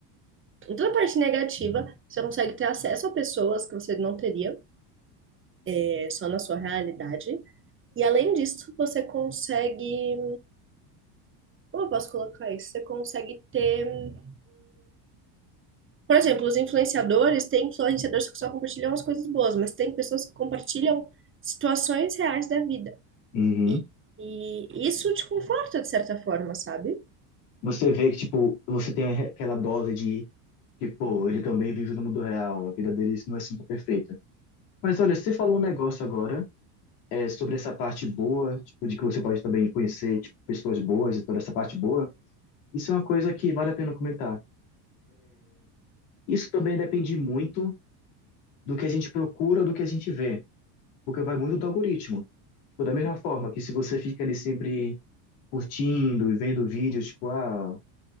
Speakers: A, on the right; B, on the left.
A: Em toda a parte negativa, você consegue ter acesso a pessoas que você não teria, é, só na sua realidade. E além disso, você consegue. Como eu posso colocar isso? Você consegue ter um Por exemplo, os influenciadores, tem influenciadores que só compartilham as coisas boas, mas tem pessoas que compartilham situações reais da vida.
B: Uhum.
A: E, e isso te conforta de certa forma, sabe?
B: Você vê que, tipo, você tem aquela dose de que, pô, ele também vive no mundo real, a vida dele não é sempre perfeita. Mas olha, você falou um negócio agora, é, sobre essa parte boa, tipo, de que você pode também conhecer, tipo, pessoas boas e toda essa parte boa. Isso é uma coisa que vale a pena comentar. Isso também depende muito do que a gente procura, do que a gente vê, porque vai muito do algoritmo. Tipo, da mesma forma que se você fica ali sempre curtindo e vendo vídeos, tipo, ah,